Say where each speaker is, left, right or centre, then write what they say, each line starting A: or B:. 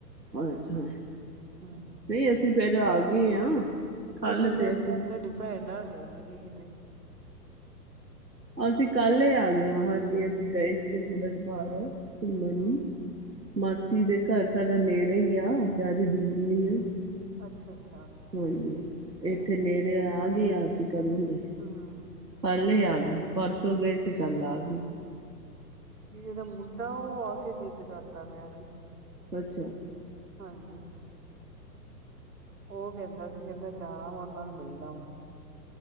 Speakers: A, on the right; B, on the right.
A: ਅੱਛਾ
B: ਹਮ
A: ਨਹੀਂ ਅਸੀਂ ਫੇਿਰ ਆ ਗਏ ਹਾਂ ਕੱਲ
B: ਤੁਸੀਂ ਸ਼ਾਇਦ
A: ਤੇ ਅਸੀਂ
B: ਤੁਹਾਡੀ ਭੈਣ ਨਾਲ ਗਏ ਸੀਗੇ ਕਿਤੇ
A: ਅਸੀਂ ਕੱਲ ਆ ਗਏ ਹ ਹਾਂਜੀ ਅਸੀਂ ਗਏ ਸੀਗੇ ਥੋੜਾ ਜਿਹਾ ਬਾਹਰ ਘੁੰਮਣ ਨੂੰ
B: ਹੂੰ
A: ਮਾਸੀ ਦੇ ਘਰ ਸਾਡਾ ਨੇੜੇ ਹੀ ਆ ਕਦੀ ਦੂਰ ਨੀ ਆ
B: ਅੱਛਾ ਅੱਛਾ
A: ਹਾਂਜੀ ਇੱਥੇ ਨੇੜੇ ਆ ਗਏ ਹਾਂ ਅਸੀਂ ਕਦੋਂ ਹੁੰਦੇ
B: ਹਾਂ
A: ਪਹਿਲੇ ਆ ਗਈ ਪਰਸੋਂ ਗਏ ਸੀ ਗੱਲ ਆ ਗਈ
B: ਜਿਹੜਾ ਮੁੰਢਾ ਉਹ ਆ ਕੇ ਜਿੱਦ ਕਰਤਾ ਪਿਆ ਸੀ
A: ਅੱਛਾ
B: ਹਾਂਜੀ ਉਹ ਕਹਿੰਦਾ ਸੀ ਕਹਿੰਦਾ ਜਾਣਾ ਵਾ ਉਹਨਾਂ ਨੂੰ ਮਿਲਣਾ ਵਾ